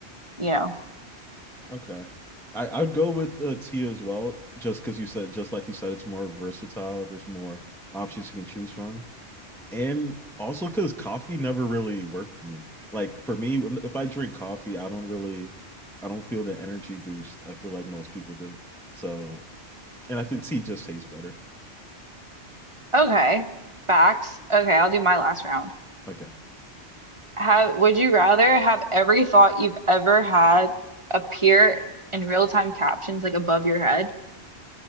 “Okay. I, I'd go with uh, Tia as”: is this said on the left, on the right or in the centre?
Centre